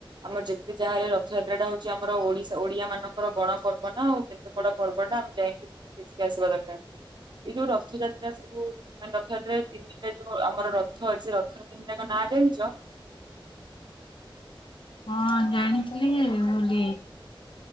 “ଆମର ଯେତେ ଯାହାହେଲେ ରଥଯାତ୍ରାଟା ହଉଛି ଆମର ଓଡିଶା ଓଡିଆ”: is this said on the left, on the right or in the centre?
Right